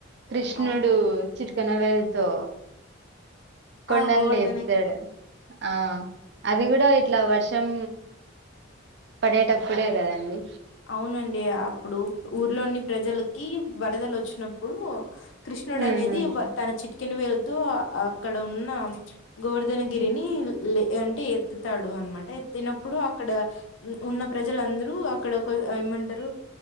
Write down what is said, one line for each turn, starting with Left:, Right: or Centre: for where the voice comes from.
Right: కృష్ణుడు
Left: అవునండి.
Right: చిట్ కిన వేళ్తో కొండన్
Left: ఆ! గోవర్ధనగిరి.
Right: లేపుతాడు ఆ అది కూడా ఇట్ల వర్షం పడేటప్పుడే కదండి
Left: అవునండి అప్పుడు ఊర్లోని ప్రజలకి వరదలొచ్చి న్నప్పుడు కృష్ణుడనేది
Right: ఉమ్
Left: తన చిట్కిన వేల్ తో అక్కడ ఉన్న గోవర్ధనగిరిని లే అంటే ఎత్తుతాడు అనమాట టే ఎత్తినప్పుడు అక్కడ ఉ ఉన్న ప్రజలందురూ అక్కడ ఒక ఏమంటారు